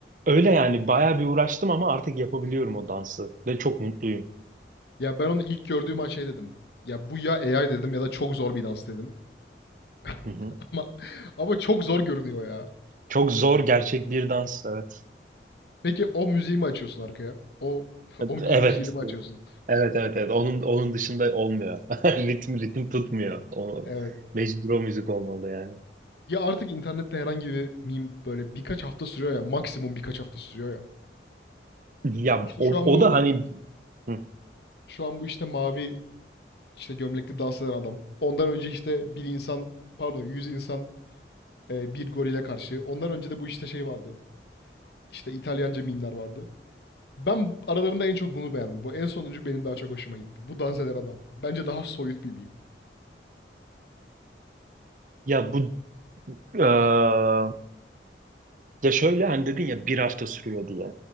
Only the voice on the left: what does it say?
Ya ben onu ilk gördüğüm an şey dedim. Ya bu ya AI dedim ya da çok zor bir dans dedim. <laughs>
Ama ama çok zor görünüyor ya.
Peki o müziği mi açıyorsun arkaya? O <laughs> o meme
müziğini mi açıyorsun?
Evet.
Ya artık internette herhangi bir meme böyle birkaç hafta sürüyor ya. Maksimum birkaç hafta sürüyor ya.
İşte
şu an
bu
şu an bu işte mavi işte gömlekli dans eden adam. Ondan önce işte bir insan pardon yüz insan e, bir gorile karşı. Ondan önce de bu işte şey vardı. İşte İtalyanca mimler vardı. Ben aralarında en çok bunu beğendim. Bu en sonuncu benim daha çok hoşuma gitti. Bu dans eden adam. Bence daha soyut bir meme.